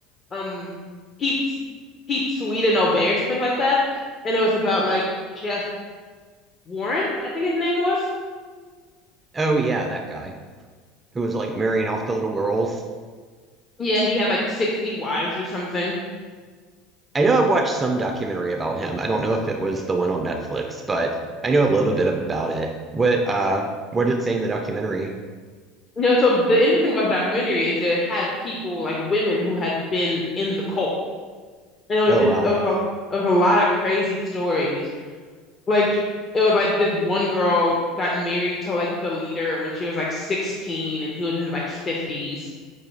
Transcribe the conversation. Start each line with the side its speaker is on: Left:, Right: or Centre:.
Left: um Keep Keep Sweet and Obey or something like that, and it was about like Jeff Warren, I think his name was.
Right: Oh yeah, that guy who was like marrying off the little girls.
Left: Yeah, he had like 60 wives or something.
Right: I know I've watched some documentary about him. I don't know if it was the one on Netflix, but I know a little bit about it. What uh what did it say in the documentary?
Left: You know, so the interesting about the documentary is it had people like women who had been in the cult, and it was
Right: Oh
Left: just
Right: wow.
Left: it was a it was a lot of crazy stories Like it was like this one girl got married to like the leader when she was like 16 and he was in his like 50s